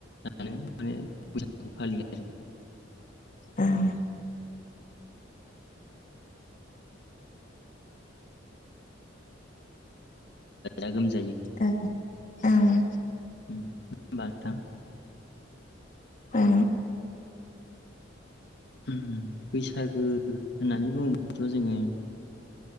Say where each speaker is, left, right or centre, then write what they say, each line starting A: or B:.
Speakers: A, on the left; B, on the left.
A: माने बैसागुखौ फालियो
B: ओं
A: आरो <unintelligible>
B: ओं ओं।
A: <unintelligible>
B: औ।
A: उम बैसागो होननानै बुङोब्लाथ' जोङो